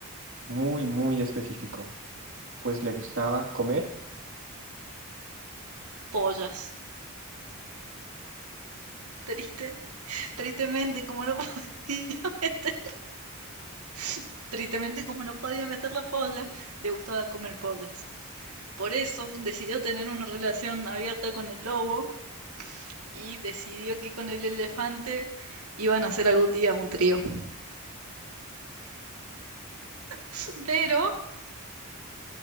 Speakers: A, on the right; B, on the right.
A: muy, muy específico. pues le gustaba comer,
B: pollas. Triste. Tristemente, como no podía met- <laughs> tristemente, como no podía meter la polla, le gustaba comer pollas. Por eso decidió tener una relación abierta con el lobo y decidió que con el elefante iban a hacer algún día un trío. <laughs> Pero